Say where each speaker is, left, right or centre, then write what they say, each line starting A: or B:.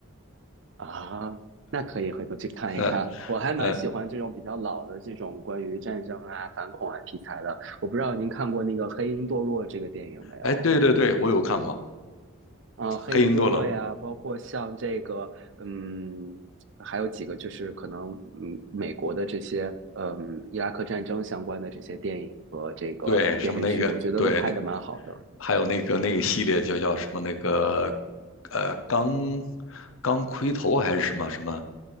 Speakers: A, on the right; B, on the left.
A: 啊，那可以回头去看一看。
B: 嗯
A: 我还蛮喜欢这种比较老的这种关于战争啊、
B: 嗯，
A: 反恐啊题材的。我不知道您看过那个《黑鹰堕落》这个电影没有？
B: 哎对对对，我有看过
A: 啊，《黑鹰堕落》呀，
B: 黑鹰顿了，
A: 包括像这个，嗯，还有几个就是可能，嗯，美国的这些，嗯，伊拉克战争相关的这些电影和这个电视剧，
B: 对什么那个对那
A: 我觉得都拍的蛮好的。
B: 还有那个那个系列就叫什么那个呃钢钢盔头还是什么什么